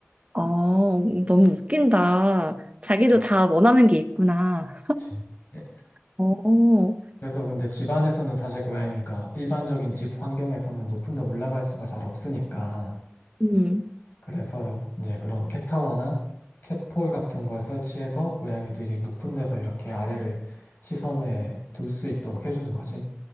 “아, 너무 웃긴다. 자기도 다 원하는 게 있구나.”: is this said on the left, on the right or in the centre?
Right